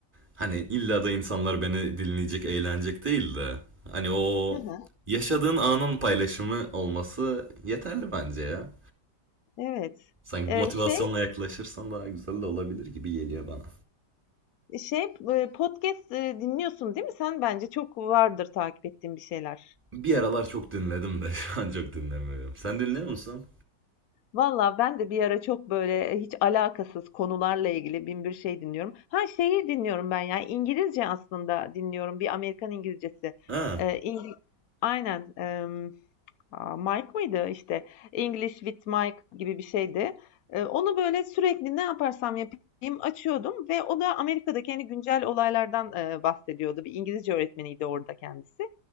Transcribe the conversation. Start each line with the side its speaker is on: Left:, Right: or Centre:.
Right: Hani illa da insanlar beni dinleyecek, eğlenecek değil de hani o
Left: Hı hı.
Right: yaşadığın anın paylaşımı olması yeterli bence ya.
Left: Evet.
Right: Sanki
Left: Eee,
Right: bu motivasyonla
Left: şey
Right: yaklaşırsan daha güzel de olabilir gibi geliyor bana.
Left: şey e, podcast e, dinliyorsun değil mi? Sen bence çok vardır takip ettiğin bir şeyler.
Right: Bir aralar çok dinledim de <laughs> şu an çok dinlemiyorum. Sen dinliyor musun?
Left: Valla ben de bir ara çok böyle e, hiç alakasız konularla ilgili bin bir şey dinliyorum. Ha şeyi dinliyorum ben ya İngilizce aslında dinliyorum bir Amerikan İngilizcesi.
Right: Ha.
Left: Ee, İngi- Aynen em, aa, Mike mıydı işte English with Mike gibi bir şeydi. Ee, onu böyle sürekli ne yaparsam yapayım açıyordum ve o da Amerika'daki hani güncel olaylardan e, bahsediyordu. Bir İngilizce öğretmeniydi orada kendisi.